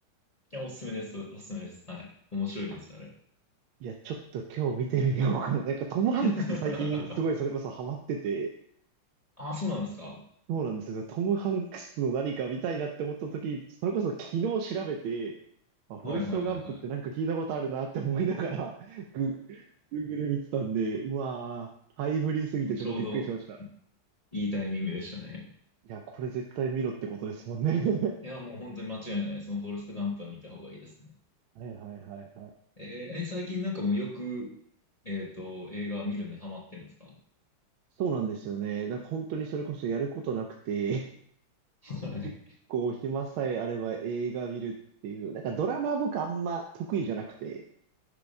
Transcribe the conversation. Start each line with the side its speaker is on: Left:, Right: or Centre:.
Left: いや、おすすめです。おすすめです。はい。面白いです、
Right: あ
Left: あれ。
Right: いや、ちょっと今日見てみようかな。なんかトム・
Left: <laughs>
Right: ハンクス最近すごいそれこそハマってて、
Left: あ、そうなんですか。
Right: そうなんですよ。トム・ハンクスの何か見たいなって思った時、それこそ昨日調べて、あ、フォレスト・
Left: はいはいはいはい。
Right: ガンプってなんか聞いたことあるなって思いながら、グ、Google 見てたんで、うわー、タイムリーすぎてちょっとびっくりしました。
Left: <laughs> ちょうどいいタイミングでしたね。
Right: いや、これ絶対見ろってことですもんね。<laughs>
Left: いや、もう本当に間違いないです。もうフォレストガンプは見た方がいいですね。
Right: はいはいはいはい。
Left: えーえ最近なんかもうよく、えっと、映画見るのにハマってるんですか
Right: そうなんですよね。なんか本当にそれこそやることなくて、
Left: はい。
Right: <laughs> 結構暇さえあれば映画見るっていう、なんかドラマ僕あんま得意じゃなくて、